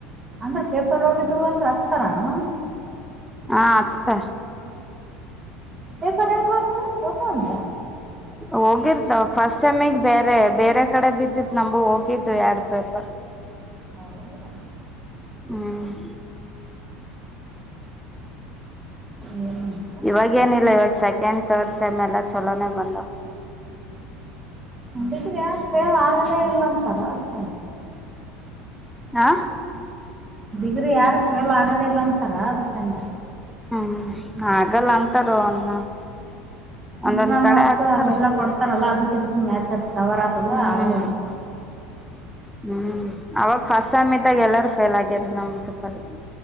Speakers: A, on the right; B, in the centre.
A: ಅಂದ್ರೆ ಪೇಪರ್ ಹೋಗಿದ್ದವು ಅಂದ್ರೆ ಅಚತಾರಾನ.
B: ಹಾ ಅಚತಾರ.
A: ಪೇಪರ್ ಎಂಗ್ ಹೊತವ ಹೊತವ ಅಂದ್ಯಾ.
B: ಹೋಗಿರ್ತ ಫಸ್ಟ್ ಸೆಮಗ್ ಬೇರೆ ಬೇರೆ ಕಡೆ ಬಿದ್ದಿತ್ ನಂಬು ಹೋಗಿದ್ದು ಎರಡ್ ಪೇಪರ್.
A: ಹೌದ <inaudible>
B: ಹ್ಮ್ <inaudible>
A: ಸೇ <inaudible>
B: ಇವಾಗ ಏನಿಲ್ಲ ಇವಾಗ ಸೆಕೆಂಡ್ ತರ್ಡ್ ಸೆಮ್ ಎಲ್ಲಾ ಚಲೋನನೆ ಬಂದವಾ.
A: ಬಿದ್ರ ಯಾರು ಫೇಲ್ ಆಗದೇ ಇಲ್ಲ ಅಂತಾರ ಅದಕ್ಕ.
B: ಹಾ <inaudible>
A: ಡಿಗ್ರಿ ಯಾರು ಫೇಲ್ ಆಗೋದಿಲ್ಲ ಅಂತಾರ ಅದಕಂದೆ.
B: ಹ್ಮ್ ಹಾಗಲ್ಲ ಅಂತಾರ ಒಂದ.
A: ಇಂಟರ್ನಲ್
B: ಒಂದೊಂದ್ ಕಡೆ
A: ಮಾರ್ಕ್ಸ್
B: ಆಗ್ತಾರ
A: ಅವೆಲ್ಲ ಕೊಡ್ತಾರಲ್ಲ ಅದಕ್ ಇದಕ್ ಮ್ಯಾಚ್ ಆತ್ ಕವರ್ ಆತದ
B: ಹ್ಮ್
A: ಆಗಲ್ಲಂತ.
B: ಹ್ಮ್ ಅವಾಗ ಫಸ್ಟ್ ಸೇಮ್ ಇದ್ದಾಗ ಎಲ್ಲಾರು ಫೇಲ್ ಆಗಿದ್ದ ನಮ್ಮ ಗ್ರೂಪ್ ಅಲ್ಲಿ.